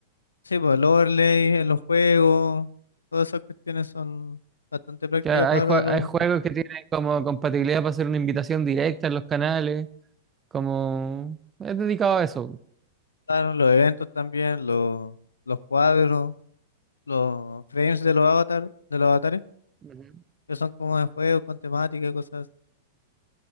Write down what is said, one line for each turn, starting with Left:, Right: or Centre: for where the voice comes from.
Left: sí, pues el overlay en los juegos, todas esas cuestiones son bastante prácticas
Right: Que hay,
Left: para
Right: jue-
Left: los
Right: hay juegos
Left: que juegan.
Right: que tienen como compatibilidad para hacer una invitación directa en los canales, como es dedicado a eso,
Left: Claro, los eventos también, los, los cuadros. los frames de los avatar, de los avatares,
Right: Ujú.
Left: que son como de juegos con temática y cosas así.